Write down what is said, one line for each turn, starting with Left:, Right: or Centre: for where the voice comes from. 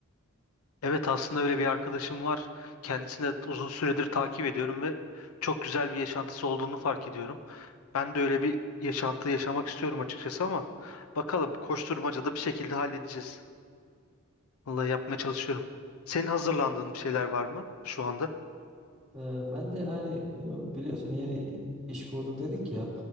Left: Evet aslında öyle bir arkadaşım var. Kendisini de uzun süredir takip ediyorum ve çok güzel bir yaşantısı olduğunu fark ediyorum. Ben de öyle bir yaşantı yaşamak istiyorum açıkçası ama bakalım bu koşturmacada bir şekilde halledeceğiz. Vallahi yapmaya çalışıyorum. Senin hazırlandığın bir şeyler var mı şu anda?
Centre: Ee, Ben de hani e, biliyorsun yeni iş kurduk dedik ya.